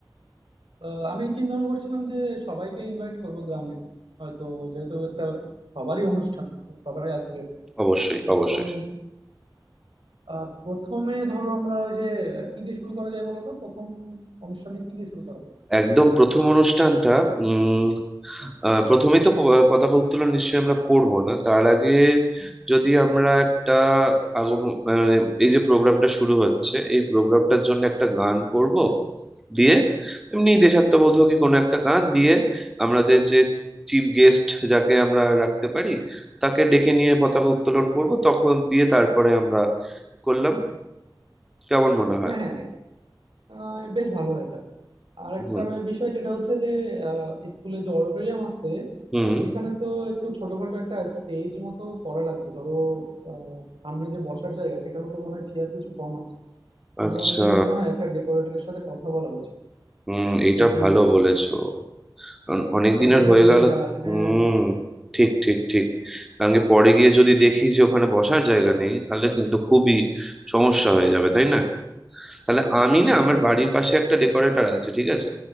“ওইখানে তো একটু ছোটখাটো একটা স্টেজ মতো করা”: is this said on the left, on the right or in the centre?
Right